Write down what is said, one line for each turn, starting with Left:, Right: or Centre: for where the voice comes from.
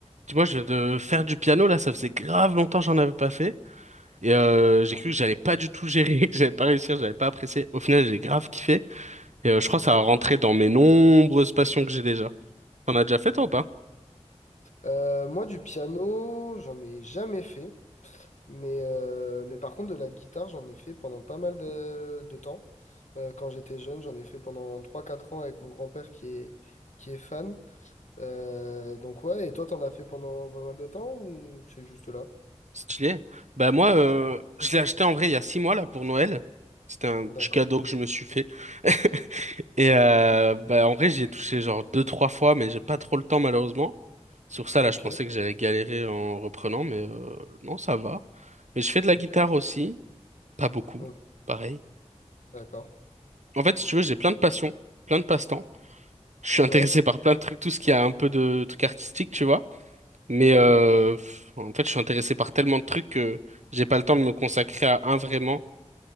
Right: Tu vois, je de faire du piano là, ça faisait grave longtemps que j'en avais pas fait. Et euh, j'ai cru que j'allais pas du tout gérer, <laughs> que j'allais pas réussir, que j'allais pas apprécier. Au final, j'ai grave kiffé. Et euh, je crois que ça
Left: Cool.
Right: a rentré dans mes nombreuses passions que j'ai déjà. T'en as déjà fait toi
Left: Ouais.
Right: ou pas?
Left: Euh, moi, du piano, j'en ai jamais fait, mais, euh, mais par contre, de la guitare, j'en ai fait pendant pas mal de, de temps. Euh, quand j'étais jeune, j'en ai fait pendant trois quatre ans avec mon grand-père qui est, qui est fan. Euh, donc, ouais, et toi, t'en as fait pendant pas mal de temps ou c'est juste là?
Right: Stylé. Bah moi, euh, je l'ai acheté en vrai il y a six mois là pour Noël. C'était un
Left: D'accord.
Right: petit cadeau que je me suis fait. <laughs> Et euh, bah en vrai, j'y ai touché genre deux, trois fois, mais j'ai pas trop le temps malheureusement. Sur ça,
Left: Ok,
Right: là, je pensais que j'allais galérer en reprenant, mais euh, non, ça va. Mais je fais de la
Left: ok,
Right: guitare aussi. Pas beaucoup,
Left: ok,
Right: pareil.
Left: d'accord.
Right: En fait, si tu veux, j'ai plein de passions, plein de passe-temps. Je suis intéressé
Left: Ouais,
Right: par plein de trucs, tout ce qui a un peu de trucs artistiques, tu vois. Mais
Left: ok,
Right: euh,
Left: d'accord.
Right: pff, en fait, je suis intéressé par tellement de trucs que j'ai pas le temps de me consacrer à un vraiment